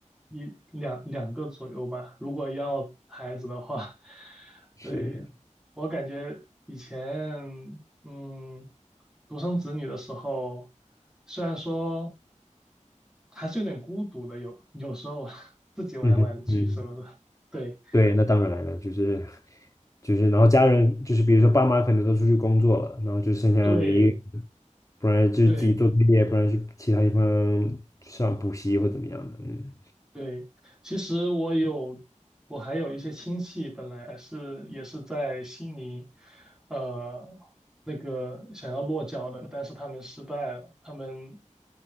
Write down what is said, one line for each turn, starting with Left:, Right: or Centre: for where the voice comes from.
Centre: 一两两个左右吧，如果要孩子的话。<laughs>
Left: 是，
Centre: 对，我感觉以前，嗯，独生子女的时候，虽然说还是有点孤独的，有有时候 <laughs> 自己玩玩具什么的。
Left: 嗯哼嗯。
Centre: 对，
Left: 对，那当然了，就是就是，然后家人就是，比如说爸妈可能都出去工作了，然后就剩下你一个
Centre: 对，
Left: 不然就是自己做作业，
Centre: 对。
Left: 不然去其他地方上补习或怎么样的，嗯
Centre: 对，其实我有，我还有一些亲戚，本来是也是在悉尼，呃，那个想要落脚的，但是他们失败了，他们